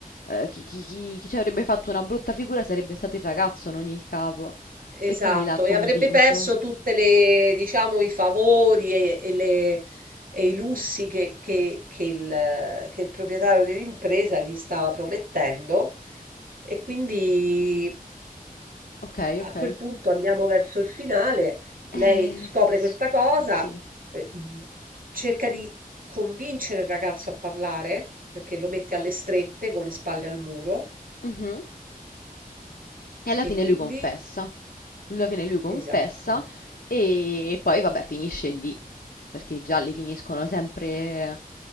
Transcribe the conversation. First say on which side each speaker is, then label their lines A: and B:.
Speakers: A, on the left (about 80°); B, on the right (about 65°).
A: eh, chi, chi- chi- chi ci avrebbe fatto una brutta figura sarebbe stato il ragazzo, non il capo.
B: esatto.
A: E quindi l'ha convinto.
B: E avrebbe perso tutte le diciamo i favori e e le e i lussi che che che il che il proprietario dell'impresa gli stava promettendo e quindi
A: Ok,
B: A
A: ok.
B: quel punto andiamo verso il finale,
A: Eh,
B: lei scopre
A: s-
B: questa cosa,
A: sì.
B: eh, mh, cerca di convincere il ragazzo a parlare, perché lo mette alle strette con le spalle al muro,
A: Mhm. E alla
B: e
A: fine
B: quindi,
A: lui confessa, alla fine lui confessa
B: esatto.
A: e poi vabbè finisce lì, perché i gialli finiscono sempre